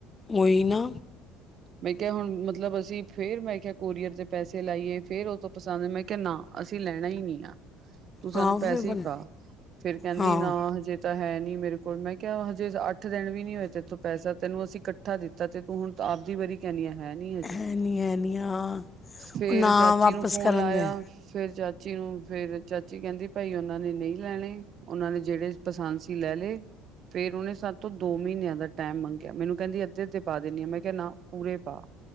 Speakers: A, on the left (about 25°); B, on the right (about 50°).
A: ਓਈ ਨਾ
B: ਮੈਂ ਕੇਆ ਹੁਣ ਮਤਲਬ ਅਸੀਂ ਫੇਰ ਮੈਂ ਕੇਆ ਕੋਰੀਅਰ ਤੇ ਪੈਸੇ ਲਾਈਏ ਫੇਰ ਓ ਤੋਂ ਪਸੰਦ ਮੈਂ ਕਿ ਨਾ ਅਸੀਂ ਲੈਣਾ ਈ ਨੀ ਆ ਤੂੰ ਸਾਨੂੰ
A: ਆਹ
B: ਪੈਸੇ
A: ਫਿਰ ਬਣ
B: ਈ ਪਾ ਫੇਰ ਕੈਂਦੀ
A: ਹਾਂ
B: ਨਾ ਹਜੇ ਤਾਂ ਹੈ ਨੀ ਮੇਰੇ ਕੋਲ ਮੈਂ ਕੇਆ ਹਜੇ ਅੱਠ ਦਿਨ ਵੀ ਨੀ ਹੋਏ ਤੈਥੋਂ ਪੈਸਾ ਤੈਨੂੰ ਅਸੀਂ ਕੱ ਕੱਠਾ ਦਿੱਤਾ ਤੇ ਤੂੰ ਹੁਣ ਆਪਦੀ ਵਾਰੀ ਕੈਨੀ ਐ। ਹੈ ਨੀ ਹਜੇ
A: ਹੈ ਨਹੀਂ ਹੈ ਨਹੀਂ ਹਾਂ
B: ਫੇਰ
A: ਉਹ ਨਾ
B: ਚਾਚੀ
A: ਵਾਪਸ
B: ਨੂੰ ਫੋਨ
A: ਕਰਨ
B: ਲਾਇਆ।
A: ਦੇ
B: ਫੇਰ ਚਾਚੀ ਨੂੰ, ਫੇਰ ਚਾਚੀ ਕਹਿੰਦੀ ਭਾਈ ਓਨਾਂ ਨੇ ਨਈ ਲੈਣੇ। ਓਨਾਂ ਨੇ ਜੇੜੇ ਪਸੰਦ ਸੀ ਲੈ ਲੇ। ਫੇਰ ਓਨੇ ਸਾਤ ਤੋਂ ਦੋ ਮੀਨਿਆਂ ਦਾ ਟੈਮ ਮੰਗਿਆ ਮੈਨੂੰ ਕੈਂਦੀ ਅੱਧੇ ਤੇ ਪਾ ਦਿੰਦੀ ਆਂ ਮੈਂ ਕੇਆ ਨਾ ਪੂਰੇ ਪਾ।